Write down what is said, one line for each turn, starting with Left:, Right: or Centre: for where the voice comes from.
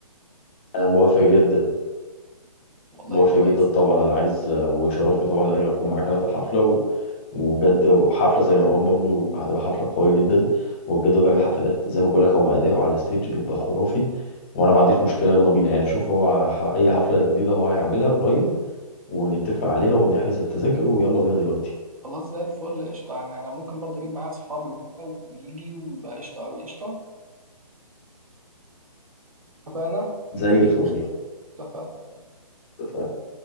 Left: أنا موافق جدا
Right: والله
Left: موافق
Right: كويس
Left: جدا طبعا انا عايز ويشرفني طبعا ان انا اكون معاك انا في الحفله و... وبجد حفله زي مروان بابلو هتبقى حفله قويه جدا وبجد هو بيعمل حفلات زي ما بقول لك هو اداؤه على الستيج بيبقى خرافي وانا ما عنديش مشكله يلا بينا يعني شوف هو ح... اي حفله جديده هو هيعملها قريب ونتفق عليها ونحجز التذاكر ويلا بينا دلوقتي
Right: خلاص زي الفل قشطة يعني أنا ممكن برضه أجيب معايا أصحابي وكده ونيجي ويبقى قشطة أوي قشطة اتفقنا
Left: زي
Right: مفيش
Left: الفل
Right: مشكلة اتفقنا
Left: اتفقنا